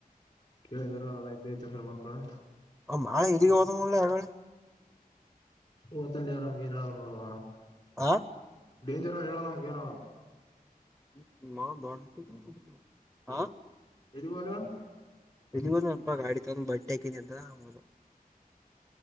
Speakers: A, on the left; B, in the centre.
A: ಕೇಳಿದರು ಅದೈತಿ ಚಂದ್ರ ಮಕ್ಕಳು <unintelligible>
B: ಮಳೆ ಇ ಗೋಸಲ್ಲ ಯಳ <unintelligible>
A: ಓತಂದವ ನಮ್ಗೆ ಏನ್ ಹೇಳಲ್ಲ ಮಗವ
B: ಆ
A: ಡೇಂಜರ್ ಹೇಳಲ್ಲ ನಮಗ ಏನ <unintelligible>
B: <unintelligible> ಬ ಆ
A: ಇದುಬೋಲ <unintelligible>
B: ಇಲ್ಲಿ ಒ ಅಲ್ಪ ಗಾಡಿ ತಂದ ಬಟ್ಟೆ ಹಾಕನಿ ಅಂತ ಆದು